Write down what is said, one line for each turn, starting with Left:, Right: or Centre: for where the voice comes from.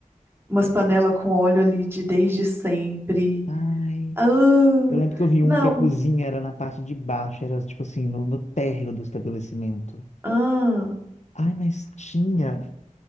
Right: umas panelas com óleo ali de desde sempre.
Left: Ai.
Right: Ah,
Left: Eu lembro que eu vi
Right: não.
Left: um que a cozinha era na parte de baixo, era tipo assim, no, no térreo do estabelecimento.
Right: Ah,
Left: Ai, mas tinha